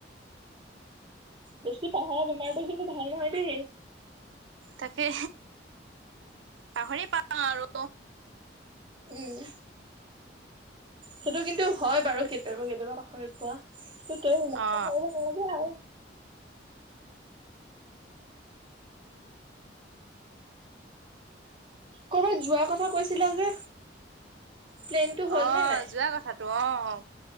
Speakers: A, on the right; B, on the right.
A: বেছি পাহাৰ বেমাৰটো কিন্তু ভাল নহয় দেই।
B: তাকে পাহৰি পাওঁ আৰু
A: উম সেইটো কিন্তু হয় বাৰু কেতিয়াবা - কেতিয়াবা পাহৰি পোৱা। সতি নালাগে
B: অ
A: আৰু <unintelligible> কৰ'বাত যোৱাৰ কথা কৈছিল যে। প্লেনটো হ'ল
B: অহ
A: নে নাই?
B: ', যোৱা কথা অহ